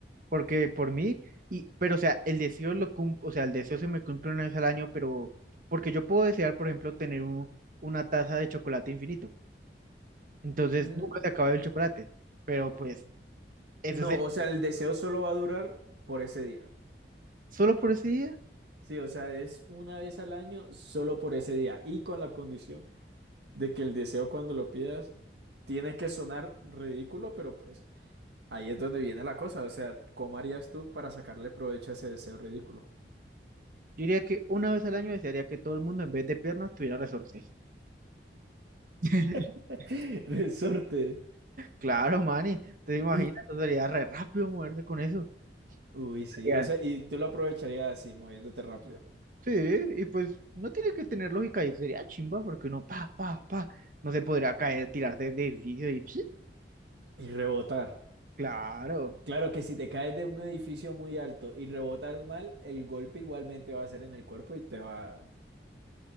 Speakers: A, on the right (about 50°); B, on the right (about 75°).
A: Porque por mí, y, pero o sea, el deseo lo cum- o sea, el deseo se me cumple una vez al año, pero porque yo puedo desear, por ejemplo, tener un- una taza de chocolate infinito. Entonces
B: Mm,
A: nunca se acaba el chocolate. Pero pues, ese
B: no,
A: es el.
B: o sea, el deseo solo va a durar por ese día.
A: Solo por ese día
B: Sí, o sea, es una vez al año solo por ese día y con la condición de que el deseo cuando lo pidas tiene que sonar ridículo, pero pues ahí es donde viene la cosa. O sea, ¿cómo harías tú para sacarle provecho a ese deseo ridículo?
A: Yo diría que una vez al año desearía que todo el mundo en vez de piernas tuviera resortes. <laughs>
B: <laughs> resortes
A: Claro, mani, te imaginas,
B: Y,
A: Entonces sería re rápido moverse con eso.
B: uy, sí,
A: Sería-
B: o sea, y tú lo aprovecharías así, moviéndote rápido
A: Sí, y pues no tiene que tener lógica y sería chimba porque uno pa, pa, pa, no se podría caer, tirarse de edificio y ¡psi!
B: y rebotar.
A: claro.
B: Claro que si te caes de un edificio muy alto y rebotas mal, el golpe igualmente va a ser en el cuerpo y te va,